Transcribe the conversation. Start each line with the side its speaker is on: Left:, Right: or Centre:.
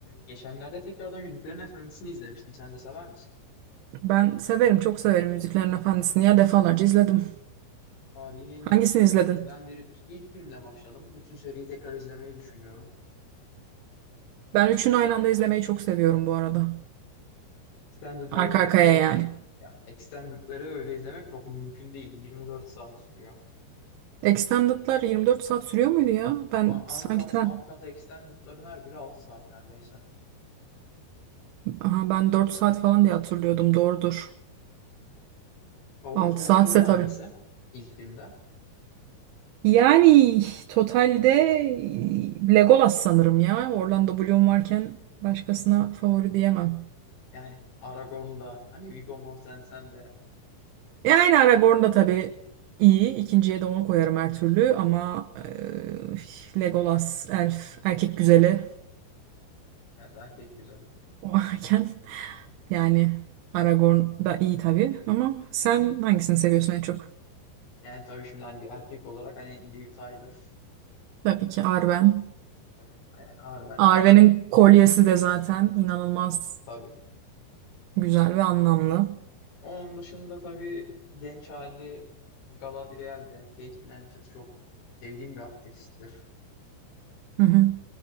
Left: Geçenlerde tekrardan Yüzüklerin Efendisi'ni izlemiştim. Sen de sever misin?
Right: Ben severim, çok severim Müziklerin Efendisi'ni. Ya defalarca izledim.
Left: Tarihin en
Right: Hangisini
Left: iyi üçlemelerinden
Right: izledin?
Left: biridir. İlk filmle başladım. Bütün seriyi tekrar izlemeyi düşünüyorum.
Right: Ben üçünü
Left: Bu
Right: aynı anda izlemeyi çok seviyorum bu arada.
Left: Extended version'larını,
Right: Arka arkaya yani.
Left: ya extended'ları öyle izlemek çok mümkün değil. 24 saat sürüyor.
Right: Extended'lar 24 saat sürüyor muydu ya? Ben
Left: A-
Right: sanki
Left: Uncut,
Right: ten...
Left: uncut extended'ların her biri 6 saat neredeyse.
Right: Aha, ben 4 saat falan diye hatırlıyordum. Doğrudur.
Left: Favori
Right: 6
Left: karakterin
Right: saatse tabii.
Left: hangisi ilk filmde?
Right: Yani totalde e, Legolas sanırım ya. Orlando Bloom varken başkasına favori diyemem.
Left: Yani Aragorn'da, hani Viggo Mortensen de
Right: E aynı Aragorn da tabii iyi. İkinciye de onu koyarım her türlü ama e, Legolas elf erkek güzeli
Left: evet erkek güzeli.
Right: o <laughs> varken yani Aragorn da iyi tabii ama sen hangisini seviyorsun en çok?
Left: Yani tabii şimdi hani bir erkek olarak hani Liv Tyler
Right: Tabii ki Arwen.
Left: Tabii. Yani Arwen
Right: Arwen'in kolyesi de zaten inanılmaz
Left: Tabii. Tabii.
Right: güzel ve anlamlı.
Left: Onun dışında tabii genç hali Galadriel'de Kate Blanchett çok sevdiğim bir aktristir.
Right: Hı hı.